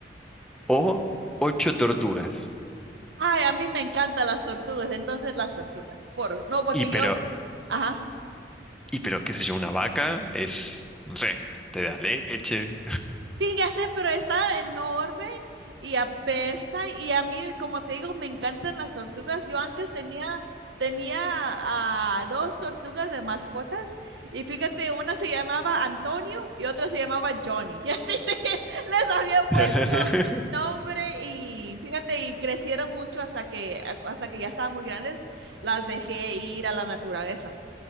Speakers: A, in the centre; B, on the right (about 80°).
A: o ocho tortugas.
B: Ay, a mí me encantan las tortugas, entonces las tortugas. Por, no, porque
A: Y pero,
B: yo, ajá.
A: y pero, qué sé yo, una vaca es, no sé, te da leche.
B: Sí, ya sé, pero está enorme y apesta. Y a mí, como te digo, me encantan las tortugas. Yo antes tenía, tenía ah, dos tortugas de mascotas y fíjate, una se llamaba Antonio y otra se llamaba Johnny. <laughs> Y así sí, les había puesto
A: <laughs>
B: nombre y fíjate, y crecieron mucho hasta que, hasta que ya estaban muy grandes. Las dejé ir a la naturaleza.